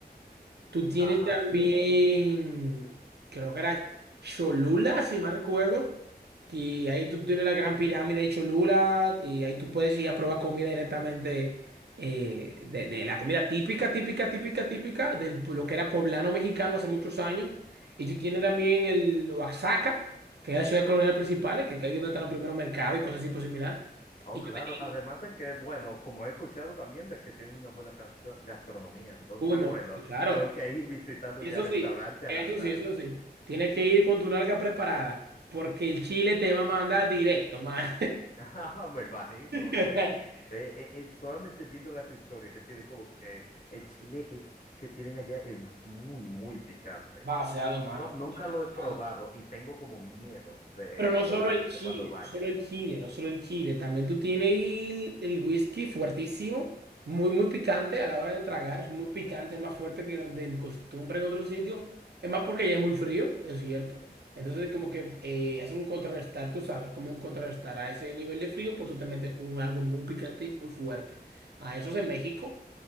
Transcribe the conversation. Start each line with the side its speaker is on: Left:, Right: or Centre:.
Right: Tú tienes
Left: Ajá,
Right: también,
Left: sí. ento-
Right: creo que era Cholula, si mal recuerdo, que ahí tú tienes la gran pirámide de Cholula y ahí tú puedes ir a probar comida directamente eh, de, de la comida típica, típica, típica, típica de lo que era poblano mexicano hace muchos años. Y tú tienes también el Oaxaca, que es la ciudad colonial principal, que, que ahí es donde están los primeros mercados y cosas así por similar.
Left: Oh,
Right: Y
Left: claro.
Right: tú, y-
Left: Además
Right: y-
Left: de que, bueno, como he escuchado también de que tienen una buena gastro- gastronomía. Entonces,
Right: bueno,
Left: bueno,
Right: y claro,
Left: tengo que ir visitando
Right: Eso
Left: ya restaurante
Right: sí,
Left: a
Right: eso
Left: la sal.
Right: sí, eso sí. Tienes que ir con tu nalga preparada, porque el chile te va a mandar directo, mano.
Left: <laughs> Ah, Me imagino
Right: <laughs>
Left: que eh, eh, eh, solamente viendo las historias que tiene como que el chile es que tienen allá es muy, muy picante.
Right: Vaciado, mano.
Left: No, nunca
Right: Demasiado.
Left: lo he probado y tengo como miedo de
Right: Pero no
Left: probarlo,
Right: solo el
Left: sé
Right: chile,
Left: cuando vaya.
Right: no solo el chile, no solo el chile. También tú tienes el, el whisky fuertísimo, muy, muy picante a la hora de tragar. Es muy picante, es más fuerte que de costumbre en otros sitios. Es más porque ya es muy frío, es cierto. Entonces, como que eh, hace un contrarrestar, tú sabes, como un contrarrestar a ese nivel de frío, pues tú te metes con algo muy picante y muy fuerte. A eso es en México.